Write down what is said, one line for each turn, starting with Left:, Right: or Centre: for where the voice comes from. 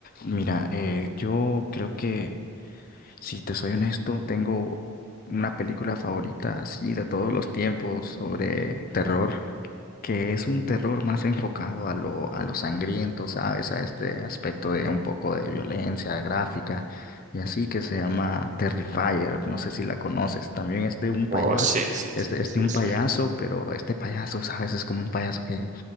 Left: Mira, eh, yo creo que Si te soy honesto, tengo una película favorita así de todos los tiempos sobre terror que es un terror más enfocado a lo, a lo sangriento, ¿sabes? A este aspecto de un poco de violencia gráfica y así que se llama Terrifier, no sé si la conoces, también es de un payaso,
Right: Oh, sí, sí,
Left: es
Right: sí,
Left: de, es
Right: sí,
Left: de un
Right: sí.
Left: payaso, pero este payaso, ¿sabes? Es como un payaso que